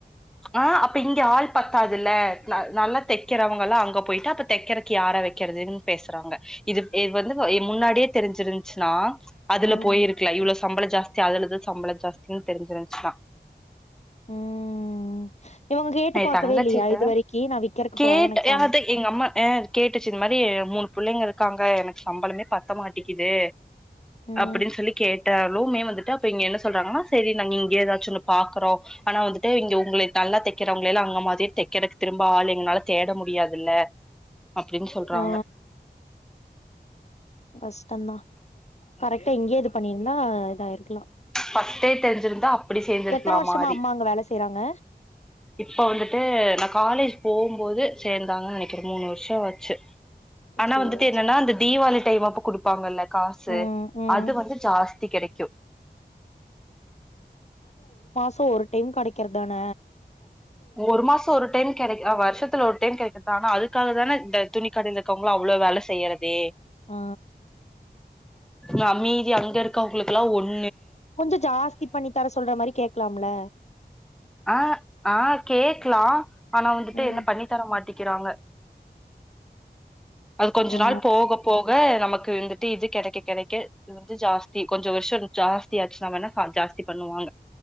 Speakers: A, in the centre; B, on the left.
A: ஆஹ் அப்ப இங்க ஆள் ப அதுல நல்லா தைக்கிறவங்களா அங்க போயிட்டா அப்ப தைக்கறக்கு யார வைக்க ககிறதுன் பேசுறாங்க இது வந்து முன்னாடியே தெரிஞ்சிருச்சுன்னா அதுல
B: ம்
A: போயிருக்கல இவ்ளோ சம்பளம் ஜாஸ்தி அதுலதா சம்பளம் ஜாஸ்தி <unintelligible> தெரிஞ்சுரிஞ்சுனா
B: ம் இவங்க கேட்டு
A: என்
B: பாக்கவே
A: தங்கச்சிட்ட
B: இல்லையா இது வரைக்கி நா விக்கறக்கு
A: கேட்ட
B: போறே எனக்கு
A: ஏ
B: சம்
A: அது எங்க அம்மா ஆஹ் கேட்டுச்சு இந்த மாரி மூணு புள்ளைங்களுக் காங்க எனக்கு சம்பளமே பத்த மாட்டிக்குது
B: ம்
A: அப்டின்னு சொல்லி கேட் ட்டாலுமே வந்துட்டுங்க என்ன சொல்றாங்கன்னா சரி நாங்க இங்கே ஏதாச்சும் ஒன்னு பாக்கறோம் ஆனா வந்துட்டு இங்க உங்கள நல்லா தைக்கிறவங்கள அங்க மாதிரி தைக் கிடக் திரும்ப ஆள் எங்களால தேட முடியாது ல்ல அப்படின்னு சொல்றாங்க
B: ஆ கஷ்டம்தான் கரெக்டா எங்கேயே இது பண்ணியிருந்தா இதாயிருக்கு
A: ஃபஷ்டே தெரிஞ்சிருந்தா அப்படி சேர்ந்திருக்கலாம்
B: எத்தன வருஷமா
A: மாரி
B: அம்மா அங்க வேல செய்றாங்க
A: இப்ப வந்துட்டு நான் காலேஜ் போம்போது சேர்ந்தாங்கு நினைக்கிற மூணு வருஷம் வச்சு ஆனா
B: சேரி
A: வந்துட்டு என்னன்னா
B: சேரி
A: அந்த தீபாவளி டைமப்ப குடுப்பாங்கல்ல காசு
B: ம் ம்
A: அது வந்து ஜாஸ்தி கிடைக்கும்
B: சோ ஒரு டைம் கடைக்கிற தான
A: ஒரு மாச ஒரு டைம் கெடைக் வர்ஷத்துல ஒரு டைம் கெடைக்குது ஆனா அதுக்காக தான இந்த துணிக்கடைல இர்க்கவங்ளா அவ்ள வேல செய்யறதே
B: ஆ
A: இந்த அம்மி அங்க இருக்கவங்களுக்கெல்லா ஒன்
B: கொஞ்ச ஜாஸ்தி பண்ணி தர சொல்ற மாரி கேக்கலாம்ல
A: ஆ ஆ கேக்லா ஆனா வந்துட்டு
B: ம்
A: என்ன பண்ணி தர மாட்டிங் கிறாங்க அது கொஞ்ச
B: ஆ
A: நாள் போக போக நமக்கு வந்து இது கெடைக்க கெடைக்க இது வந்து ஜாஸ்தி கொஞ்ச வருஷ ஜாஸ் தியாச்சுனா வேனா ஜாஸ்தி பண்ணுவாங்க